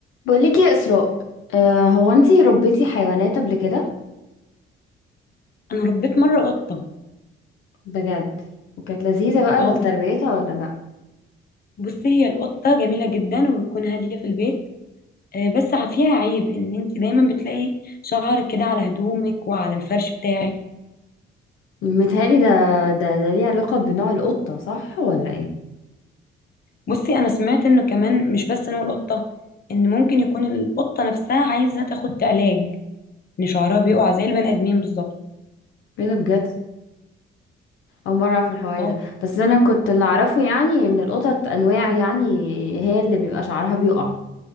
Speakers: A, on the left; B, on the left.
A: بقولك يا إسراء آه هو انتي ربيتي حيوانات قبل كده
B: انا ربيت مره قطه
A: بجد وكانت لذيذة بقى
B: اه
A: تربيتها ولا لأ
B: بصي هي القطه جميله جدا وبتكون هاديه في البيت آه، بس ع- فيها عيب ان انت دايما بتلاقي شعرك كده على هدومك وعلى الفرش بتاعك
A: متهيألي ده ده ده ليه علاقة بنوع القطة صح ولا ايه
B: بصي انا سمعت انه كمان مش بس نوع القطه ان ممكن يكون القطه نفسها عايزه تاخد علاج ان شعرها بيقع زي البني ادمين بالظبط
A: ايه ده بجد أول مرة أعرف الحوار
B: اه
A: ده بس أنا كنت اللي أعرفه يعني إن القطط أنواع يعني هي اللي بيبقى شعرها بيقع